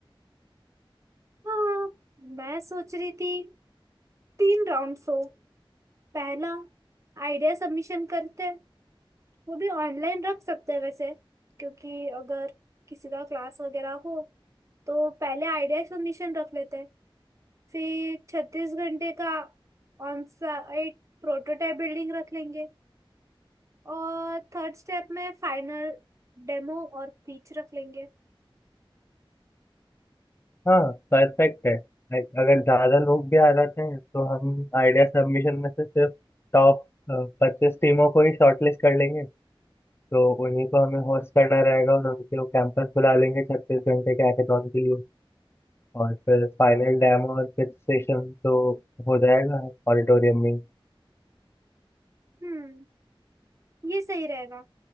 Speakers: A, on the right (about 35°); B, on the left (about 25°).
A: हाँ मैं सोच रही थी तीन राउंड्स हो पहला आइडिया सबमिशन करते हैं वो भी ऑनलाइन रख सकते हैं वैसे क्योंकि अगर किसी का क्लास वगैरह हो तो पहले आइडिया सबमिशन रख लेते हैं फिर छत्तीस घंटे का ऑन साइट प्रोटोटाइप बिल्डिंग रख लेंगे और थर्ड स्टेप में फाइनल डेमो और पिच रख लेंगे
B: हाँ परफेक्ट है लाइक अगर ज़्यादा लोग भी आ जाते हैं तो हम आइडिया सबमिशन में से सिर्फ टॉप पच्चीस टीमों को ही शॉर्टलिस्ट कर लेंगे तो उन्हीं को हमें होस्ट करना रहेगा और उनके वो कैंपस बुला लेंगे छत्तीस घंटे के हैकाथॉन के लिए और फिर फाइनल डेमो और पिच सेशन तो हो जाएगा ऑडिटोरियम में ही।
A: हम्म ये सही रहेगा